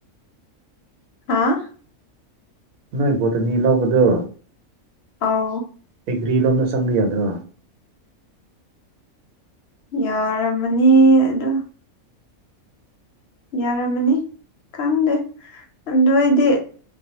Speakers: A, on the left; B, on the right.
A: ꯍꯥꯥ
B: ꯅꯣꯏ ꯕꯣꯇꯅꯤ ꯂꯧꯕꯗꯣ
A: ꯑꯧ
B: ꯑꯦꯒ꯭ꯔꯤ ꯂꯣꯝꯗ ꯆꯪꯕ ꯌꯥꯗ꯭ꯔꯣ
A: ꯌꯥꯔꯝꯃꯅꯤ ꯑꯗꯨ ꯌꯥꯔꯝꯃꯅꯤ ꯈꯪꯗꯦ ꯑꯗꯨ ꯑꯩꯗꯤ